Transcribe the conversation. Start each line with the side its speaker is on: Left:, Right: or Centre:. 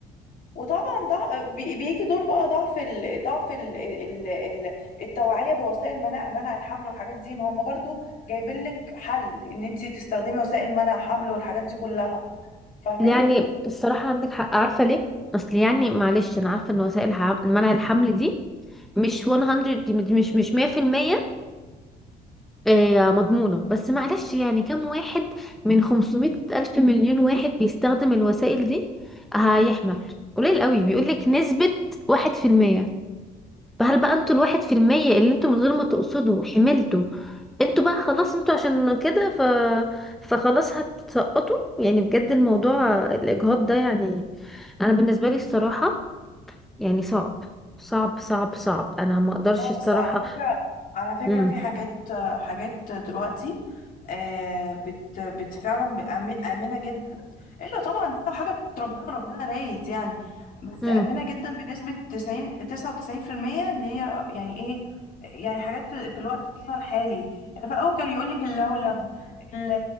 Left: وطبعا ضع... آه، بي- بيجي دور بقى ضعف ال... ضعف ال... ال... ال... التوعية بوسائل منع منع الحمل والحاجات دي ما هم برضو جايبين لك حل ان انت تستخدمي وسائل منع حمل والحاجات دي كلها فاهماني
Centre: يعني الصراحة عندك حق عارفة ليه؟ أصل يعني معلش أنا عارفة إن وسائل الح- منع الحمل دي مش 100 دي مش مش 100% آه، مضمونة بس معلش يعني كم واحد من 500 ألف مليون واحد بيستخدم الوسائل دي هيحمل قليل قوي بيقولك نسبة واحد في المية فهل بقى انتوا الواحد في المية اللي انتوا من غير ما تقصدوا حملتوا انتوا بقى خلاص انتوا عشان كده ف... فخلاص هتسقطوا يعني بجد الموضوع الإجهاض ده يعني أنا بالنسبة لي الصراحة يعني صعب صعب صعب صعب أنا ما أقدرش
Left: لا
Centre: الصراحة
Left: بس على فكرة على فكرة
Centre: مم.
Left: في حاجات حاجات دلوقتي آه، بت بت فعلا ب- آمن- آمنة جدا إلا طبعا دي لو حاجة بتاعت ربنا ربنا رايد يعني بس
Centre: مم.
Left: آمنة جدا بنسبة تسعين تسعة وتسعين في المية إن هي يعني إيه يعني حاجات في, في الوقت بتاعنا الحالي يعني في الأول كان يقولك اللولب ال